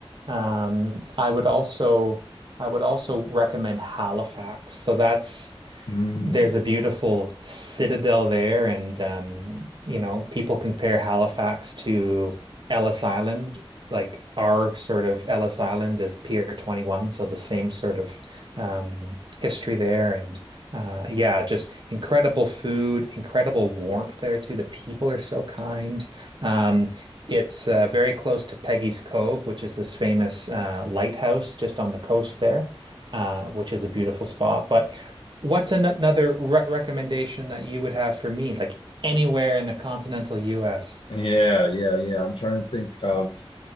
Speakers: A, on the right; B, on the left.
A: um, I would also I would also recommend Halifax. So that's
B: Mm.
A: there's a beautiful citadel there, and um, you know, people compare Halifax to Ellis Island. Like our sort of Ellis Island is Pier 21, so the same sort of um, history there, and uh, yeah, just incredible food, incredible warmth there too. The people are so kind. Um, it's uh, very close to Peggy's Cove, which is this famous uh, lighthouse just on the coast there, uh, which is a beautiful spot. But What's an another re recommendation that you would have for me, like anywhere in the continental US? <laughs>
B: Yeah, yeah, yeah. I'm trying to think of